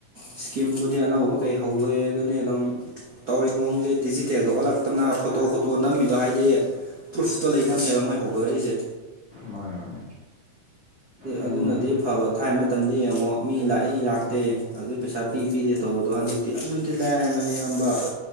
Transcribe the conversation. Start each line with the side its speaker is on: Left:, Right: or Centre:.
Right: ꯏꯁꯀꯤꯝꯕꯨꯗꯤ ꯑꯅꯧꯕ ꯀꯩ ꯍꯧꯗꯣꯛꯑꯦ ꯑꯗꯨꯅꯤ ꯑꯗꯨꯝ ꯇꯧꯔꯤꯔꯤꯕ ꯃꯑꯣꯡꯁꯦ ꯗꯤꯖꯤꯇꯦꯜ ꯊꯣꯛꯍꯜꯂꯛꯇꯅ ꯐꯣꯇꯣ ꯈꯣꯇꯣ ꯅꯝꯃꯤꯗꯣ ꯍꯥꯏꯗꯤ ꯄ꯭ꯔꯣꯁꯇꯣ ꯂꯩꯅꯕꯅꯦꯕꯉꯣꯏ ꯍꯧꯗꯣꯔꯛꯏꯁꯦ
Left: ꯃꯥꯅꯦ ꯃꯥꯅꯦ ꯌꯨꯝꯅꯦ
Right: ꯑꯗꯨꯅꯗꯤ ꯐꯕ ꯊꯥꯏꯃ ꯃꯇꯝꯗꯤ ꯌꯦꯡꯉꯣ ꯃꯤ ꯂꯥꯛꯏ ꯂꯥꯛꯇꯦ ꯑꯗꯨꯒꯤ ꯄꯩꯁꯥ ꯄꯤ ꯄꯤꯗꯦ ꯇꯧꯕꯗꯣ ꯍꯟꯗꯛꯇꯤ ꯑꯗꯨꯗꯤ ꯂꯥꯏꯔꯅ ꯌꯥꯝ ꯊꯝꯕ